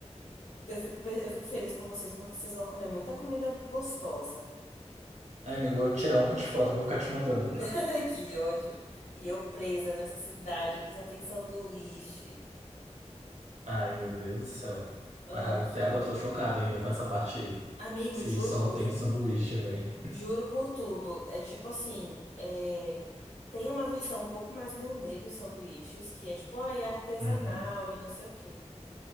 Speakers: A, on the left; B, on the right.
A: eu fico pe- eu fico feliz por vocês porque vocês vão comer muita comida gostosa.
B: Aí, amigo, eu vou tirar um monte de foto, eu vou ficar te mandando.
A: <laughs> Ai, que ódio. E eu presa nessa cidade que só tem sanduíche.
B: Ai, meu Deus do céu.
A: Ai,
B: Ah, Até
A: que
B: agora
A: o...
B: eu tô chocado ainda com essa parte aí.
A: Amigo,
B: Se
A: juro,
B: só tem
A: ju-
B: sanduíche, velho.
A: juro por tudo. É tipo assim, é, tem uma versão um pouco mais gourmet dos sanduíches, que é tipo, ah, é artesanal
B: Uhum.
A: e não sei o quê.